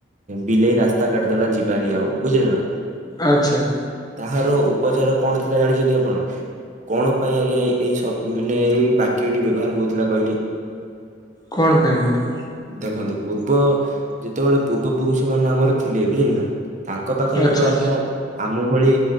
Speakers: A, on the right (about 45°); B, on the left (about 20°).
A: ବିଲେଇ ରାସ୍ତା କାଟିଦେଲା ଯିବାନି ଆଉ ଉ ବୁଝିଲେ ନା
B: ଆଚ୍ଛା
A: ତାହାର ଉପଚାର କଣ ଥିଲା ଜାଣିଛନ୍ତି ଆପଣ? କଣ ପାଇଁ ଆଜ୍ଞା ଏ ଏଇ ସବ ମାନେ ଏଇ ବାକ୍ୟଟି ବ୍ୟବହାର ହଉଥିଲା କହିଲେ।
B: କଣ ପାଇଁ ବନ୍ଧୁ।
A: ଦେଖନ୍ତୁ ପୂର୍ବ ଯେତେବେଳେ ପୂର୍ବ ପୁରୁଷ ମାନେ ଆମର ଥିଲେ ବୁଝିଲେ ନା ତାଙ୍କ ପାଖରେ
B: ଆଚ୍ଛା
A: ତ ଆଜ୍ଞା ଆମ ଭଳି